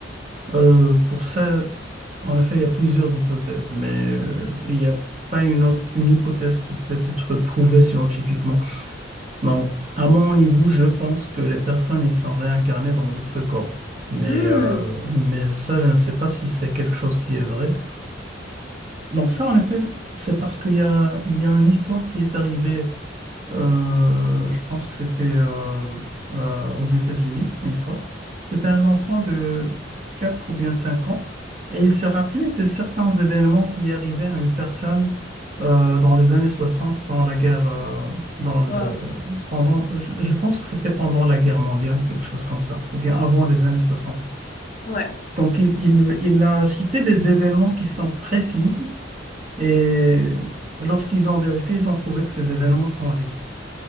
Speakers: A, on the right; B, on the left.
A: Euh, pour ça, en effet, il y a plusieurs hypothèses, mais euh, il n'y a pas une autre, une hypothèse qui peut être prouvée scientifiquement. Donc, à mon niveau, je pense que les personnes, ils sont réincarnées dans d'autres corps. Mais,
B: Hmm.
A: euh, mais ça, je ne sais pas si c'est quelque chose qui est vrai. Donc ça, en effet, c'est parce qu'il y a, il y a une histoire qui est arrivée Euh, je pense que c'était euh, euh, aux États-Unis une fois. C'était un enfant de 4 ou bien 5 ans et il se rappelait de certains événements qui arrivaient à une personne euh, dans les années 60, dans la guerre, euh, dans le,
B: Waouh.
A: pendant, je, je pense que c'était pendant la guerre mondiale ou quelque chose comme ça, ou bien avant les années 60.
B: Ouais.
A: Donc il, il, il a cité des événements qui sont précises et lorsqu'ils ont vérifié, ils ont trouvé que ces événements sont justes.